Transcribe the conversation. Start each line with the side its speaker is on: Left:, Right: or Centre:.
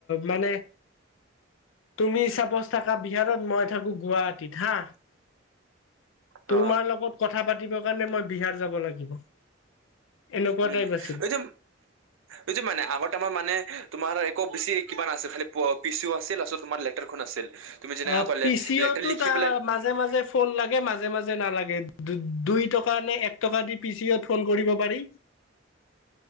Left: মানে তুমি হ চাপচ। থকা বিহাৰত মই থাকো গুৱাহাটীত হা
Right: অ
Left: তোমাৰ লগত কথা পাতি। দিবৰ কাৰণে মই বিহাৰ যাব লাগিব। এনেকুৱা
Right: উম
Left: টাইপ আছিল
Right: এইটো এইটো মানে আগতেমাৰ মানে তোমাৰ এক। আকৌ বেছি কিবা আছিল খালি পিচিও আছিল আ তোমাৰ লেটাৰখন আছিল। তুমি যেনেকা
Left: অ
Right: ক'লে
Left: পিচিয়তো
Right: লেটাৰ লিখি
Left: তাৰ
Right: পেলাই
Left: মাজে মাজে ফোন লাগে মাজে মাজে নালাগে দু দুইটা। নে এক টকা দি পিচিয়ত ফোন কৰিব পাৰি।